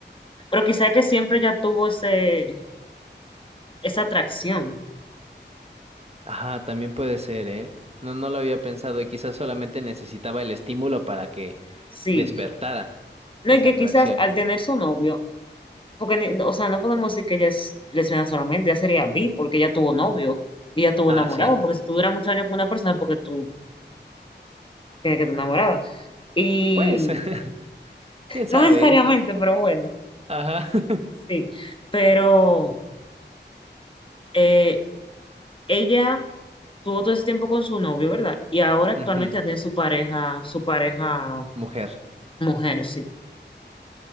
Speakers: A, on the left; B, on the right.
A: Pero quizá que siempre ya tuvo ese, esa atracción,
B: Ajá, también puede ser, ¿eh? No, no lo había pensado y quizás solamente necesitaba el estímulo para que
A: sí.
B: despertara
A: No,
B: esa
A: y que
B: atracción.
A: quizás al tener su novio, Porque, ni- o sea, no podemos decir que ella es lesbiana solamente, ya sería bi, porque ella tuvo novio y ella tuvo
B: Ah,
A: enamorado,
B: sí.
A: porque si tú duras muchos años con una persona, es porque tú tienes que estar enamorada. Y
B: Pues. <laughs> ¿Quién sabe?
A: no necesariamente,
B: eh?
A: pero bueno,
B: Ajá. <laughs>
A: sí. Pero eh, ella tuvo todo ese tiempo con su novio, ¿verdad? Y ahora actualmente
B: Ujú,
A: ya tiene su pareja, su pareja
B: Mujer.
A: mujer, sí.